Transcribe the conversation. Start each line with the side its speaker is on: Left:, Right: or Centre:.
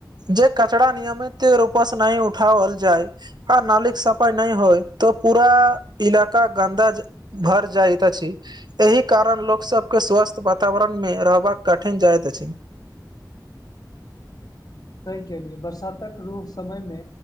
Right: जे कचराा नियमित रूपसँ नहि उठाओल जाइ आ नलीक सफाइ नहि होइ त पूरा इलका गन्दाज भर जाइइत छी एहि कारण लोकसभकेँ स्वस्थ वातावरणमे रहबाक कठिन जाइत अछि
Left: तहि के लिए बरसातक रूप समय मे